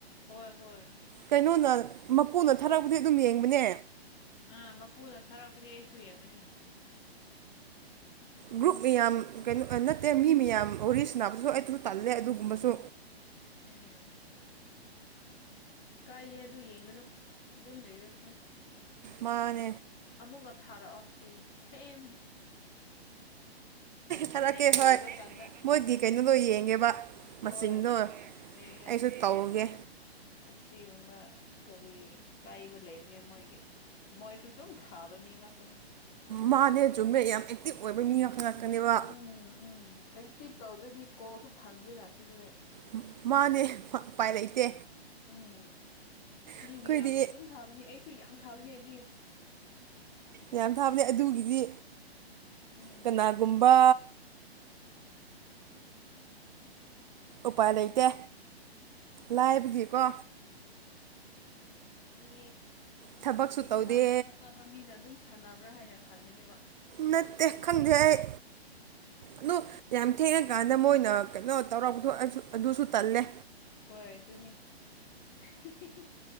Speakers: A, on the left; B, on the right.
A: ꯍꯣꯏ ꯍꯣꯏ
B: ꯀꯩꯅꯣꯅ ꯃꯄꯨꯅ ꯊꯥꯔꯛꯄꯗꯤ ꯑꯗꯨꯝ ꯌꯦꯡꯕꯅꯦ
A: ꯑꯥ ꯃꯄꯨꯅ ꯊꯥꯔꯛꯄꯗꯤ ꯑꯩꯁꯨ ꯌꯦꯡꯕꯅꯦ
B: ꯒ꯭ꯔꯨꯞ ꯃꯌꯥꯝ ꯀꯩꯅꯣ ꯑ ꯅꯠꯇꯦ ꯃꯤ ꯃꯤꯌꯥꯝ ꯋꯥꯔꯤ ꯁꯟꯅꯕꯁꯨ ꯑꯩ ꯑꯗꯨ ꯇꯥꯜꯂꯦ ꯑꯗꯨꯒꯨꯝꯕꯁꯨ
A: ꯎꯝ ꯀꯥꯏꯗꯦ ꯑꯗꯨ ꯌꯦꯡꯒꯅꯨ ꯑꯗꯨꯝ ꯂꯩꯔꯁꯅꯨ
B: ꯃꯥꯅꯦ
A: ꯑꯃꯨꯛꯒ ꯊꯥꯔꯛꯑꯣ ꯁꯤ ꯁꯦꯝ
B: ꯊꯥꯔꯛꯀꯦ
A: ꯍꯦꯛ
B: ꯍꯣꯏ
A: ꯂꯣꯏꯕ ꯀꯥꯟꯗ
B: ꯃꯣꯏꯒꯤ ꯀꯩꯅꯣꯗꯣ ꯌꯦꯡꯉ‌ꯦꯕ ꯃꯆꯤꯡꯗꯣ
A: ꯍꯣꯏ ꯌꯦꯡꯉꯣ
B: ꯑꯩꯁꯨ ꯇꯧꯒꯦ
A: ꯑꯁꯤꯒꯨꯝꯕ ꯀꯔꯤ ꯀꯥꯏꯕ ꯂꯩꯕꯒꯦ ꯃꯣꯏꯒꯤ ꯃꯣꯏ ꯁꯨ ꯑꯗꯨꯝ ꯊꯥꯕ ꯃꯤ ꯉꯥꯛꯇꯅꯤ
B: ꯃꯥꯅꯦ ꯆꯨꯝꯃꯦ ꯌꯥꯝ ꯑꯦꯛꯇꯤꯚ ꯑꯣꯏꯕ ꯃꯤ ꯉꯥꯛ ꯉꯥꯛꯇꯅꯦꯕ
A: ꯎꯝ ꯎꯝ ꯑꯦꯛꯇꯤꯞ ꯇꯧꯗ꯭ꯔꯗꯤ ꯀꯣꯜꯁꯨ ꯐꯪꯗꯦꯅ ꯁꯤꯗꯗꯤ
B: ꯃ ꯃꯥꯅꯦ ꯐ ꯎꯄꯥꯏ ꯂꯩꯇꯦ
A: ꯎꯝ ꯃꯤ
B: ꯑꯩꯈꯣꯏꯗꯤ
A: ꯃꯌꯥꯝꯅ ꯑꯗꯨꯝ ꯊꯥꯕꯅꯤ ꯑꯩꯁꯨ ꯌꯥꯝ ꯊꯥꯕꯅꯦ ꯑꯗꯨ
B: ꯃꯌꯥꯝ ꯊꯥꯕꯅꯦ ꯑꯗꯨꯒꯤꯗꯤ
A: ꯎꯝ
B: ꯀꯅꯥꯒꯨꯝꯕ
A: <inaudible>
B: ꯎꯄꯥꯏ ꯂꯩꯇꯦ ꯂꯥꯏꯕꯒꯤꯀꯣ
A: ꯃꯤ
B: ꯊꯕꯛꯁꯨ
A: ꯑꯩꯗꯤ
B: ꯇꯧꯗꯦ
A: ꯅꯪꯕꯨ ꯈꯪꯅꯕ ꯃꯤꯅ ꯑꯗꯨꯝ ꯁꯥꯟꯅꯕ꯭ꯔꯥ ꯍꯥꯏꯅ ꯈꯟꯕꯅꯦꯕ
B: ꯅꯠꯇꯦ ꯈꯪꯗꯦ ꯑꯩ ꯑꯗꯨ ꯌꯥꯝ ꯊꯦꯡꯉꯀꯥꯟꯗ ꯃꯣꯏꯅ ꯀꯩꯅꯣ ꯇꯧꯔꯛꯄꯗꯨ ꯑꯩꯁꯨ ꯑꯗꯨꯁꯨ ꯇꯜꯂꯦ
A: ꯍꯣꯏ ꯑꯗꯨꯅꯦ ꯍꯤ ꯍꯤ ꯍꯤ